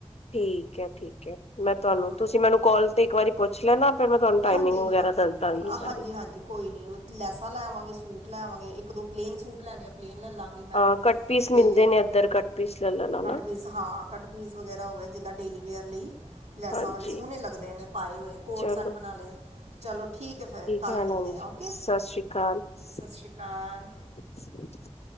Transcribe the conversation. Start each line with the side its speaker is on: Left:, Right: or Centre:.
Left: ਠੀਕ ਐ, ਠੀਕ ਐ, ਮੈਂ ਤਹਾਨੂੰ
Right: ਔਰ
Left: ਤੁਸੀਂ ਮੈਨੂੰ ਕੋਲ ਤੇ ਇੱਕ ਵਾਰੀ ਪੁੱਛ ਲੈਣਾ ਫਿਰ ਮੈਂ ਤੁਹਾਨੂੰ ਟਾਈਮਿੰਗ
Right: ਹਾਂਜੀ
Left: ਵਗੈਰਾ
Right: ਹਾਂ
Left: ਦੱਸਦਾਂਗੀ ਸਾਰੀ
Right: ਹਾਂਜੀ ਹਾਂਜੀ ਕੋਈ ਨੀ ਉਹ ਲੈਸਾਂ ਲੈਵਾਂਗੇ, ਸੂਟ ਲੈਵਾਂਗੇ, ਇੱਕ ਦੋ ਪਲੇਨ ਸੂਟ ਲੈਨੇ ਆ ਪਲੇਨ ਲੈ ਲਾਂਗੇ। ਮੈਂ
Left: ਅ ਕੱਟ ਪੀਸ
Right: ਤੇ
Left: ਮਿਲਦੇ ਨੇ ਇੱਧਰ ਕੱਟ ਪੀਸ ਲੈ ਲੈਣਾ
Right: ਕੱਟ-
Left: ਨਾ
Right: ਪੀਸ ਹਾਂ ਕੱਟਪੀਸ ਵਗੈਰਾ ਹੋ ਗਿਆ ਜਿੱਦਾਂ ਡੇਲੀਵੇੇਅਰ ਲਈ, ਲੈਸਾਂ
Left: ਹਾਂਜੀ
Right: ਵਾਲੇ ਸੋਹਣੇ ਲੱਗਦੇ ਨੇ ਪਾਏ ਹੋਏ ਕੋਟ-
Left: ਚਲੋ
Right: ਸੈਟ ਚਲੋ ਠੀਕ ਐ ਫਿਰ ਕੱਲ
Left: ਹੈ
Right: ਮਿਲਦੇ
Left: ਹਾਂਜੀ
Right: ਆ ਓਕੇ।
Left: ਸਤਿ ਸ੍ਰੀ ਅਕਾਲ
Right: ਸਸਿਰੀ ਕਾਲ।
Left: <unintelligible>